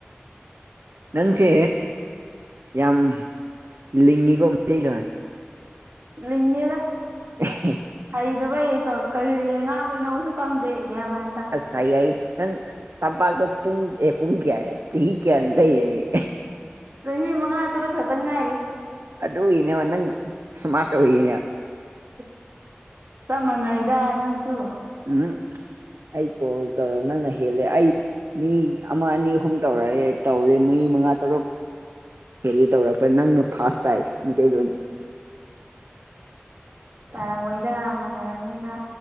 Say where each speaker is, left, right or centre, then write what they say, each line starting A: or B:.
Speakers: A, on the right (about 80°); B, on the right (about 60°).
A: ꯅꯪꯁꯦ ꯌꯥꯝ ꯂꯤꯡꯉꯤꯒꫭ ꯃꯇꯩꯂꫭꯟ
B: ꯂꯤꯡꯉꯦꯗ
A: <unintelligible>
B: ꯍꯩꯗꯕꯩꯗꯕꯩ ꯀꯔꯤ ꯉꯥꯡꯗꯣꯏꯅꯣꯁꯨ ꯀꯪꯗꯦ ꯒꯥꯌꯟ ꯃꯦꯟ
A: ꯑꯁ ꯁꯥꯏ ꯅꯪ ꯇꯝꯄꯥꯛꯗ ꯄꯨꯨꯡ ꯄꯨꯨꯡ ꯀꯌꯥꯌꯦ ꯆꯍꯤ ꯀꯌꯥ ꯂꯩꯔꯒꯦ
B: ꯆꯍꯤ ꯃꯉꯥ ꯔ ꯈꯔꯕꯉꯥꯏꯔꯤ
A: ꯑꯗꯨꯗ ꯑꯣꯏꯏꯅꯦꯕ ꯅꯪ ꯁꯨꯃꯇ ꯍꯅꯦ
B: ꯑꯁ ꯆꯞ ꯃꯥꯟꯅꯩꯗ ꯅꯪꯁꯨ
A: ꯎꯝ ꯑꯩ ꯀꯣꯜ ꯇꯧꯔꯣ ꯅꯪꯅ ꯍꯦꯜꯂꯦ ꯑꯩ ꯃꯤ ꯑꯃ ꯑꯅꯤ ꯑꯍꯨꯝ ꯇꯧꯔꯛꯑꯦ ꯇꯧꯔꯦ ꯃ ꯃꯉꯥ ꯇꯔꯨꯛ ꯍꯦꯂꯤ ꯇꯧꯔꯛꯄ ꯅꯪꯅ ꯐꯥꯁ ꯇꯥꯏ ꯃꯤꯇꯩꯩꯂꫭꯟꯅꯤ
B: ꯇꯥꯔꯝꯃꯣꯏꯗ ꯃꯥꯟꯅꯔꯝꯅꯤꯗ